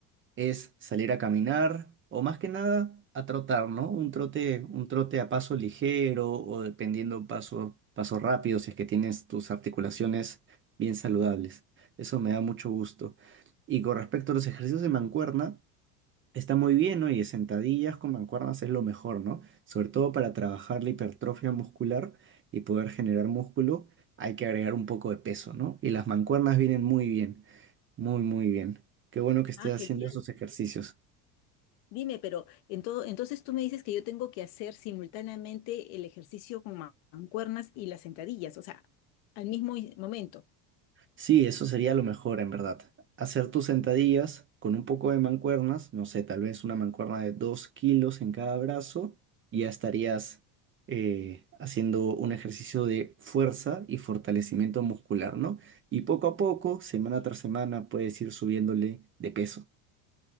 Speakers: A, on the right; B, on the left.
A: es salir a caminar o más que nada a trotar, ¿no? Un trote, un trote a paso ligero o dependiendo paso, paso rápido si es que tienes tus articulaciones bien saludables. Eso me da mucho gusto. Y con respecto a los ejercicios de mancuerna, está muy bien, ¿no? Y sentadillas con mancuernas es lo mejor, ¿no? Sobre todo para trabajar la hipertrofia muscular y poder generar músculo, hay que agregar un poco de peso, ¿no? Y las mancuernas vienen muy bien, muy, muy bien. Qué bueno que estés
B: Ah, genial.
A: haciendo esos ejercicios.
B: Dime, pero en todo- entonces tú me dices que yo tengo que hacer simultáneamente el ejercicio con ma- mancuernas y las sentadillas, o sea, al mismo i- momento.
A: Sí, eso sería lo mejor en verdad. Hacer tus sentadillas con un poco de mancuernas, no sé, tal vez una mancuerna de 2 kilos en cada brazo, y ya estarías eh, haciendo un ejercicio de fuerza y fortalecimiento muscular, ¿no? Y poco a poco, semana tras semana, puedes ir subiéndole de peso.